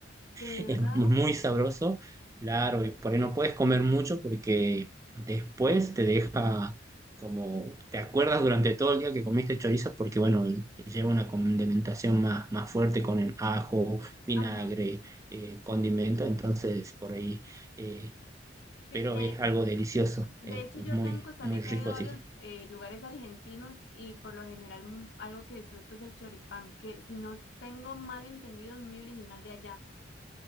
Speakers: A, on the left; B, on the right.
A: ¿de verdad?
B: es muy sabroso, claro, y por ahí no puedes comer mucho porque después te deja como, te acuerdas durante todo el día que comiste chorizo porque, bueno, lleva una condimentación más, más fuerte con el ajo, vinagre,
A: Ajá.
B: eh, condimento, entonces por ahí, eh,
A: Sí,
B: pero
A: de,
B: es algo delicioso,
A: De
B: es
A: hecho,
B: muy,
A: yo acá en Costa
B: muy
A: Rica
B: rico,
A: he ido a
B: así
A: varios
B: que
A: eh, lugares argentinos y por lo general mu- algo que disfruto es el choripán, que si no tengo mal entendido es muy original de allá,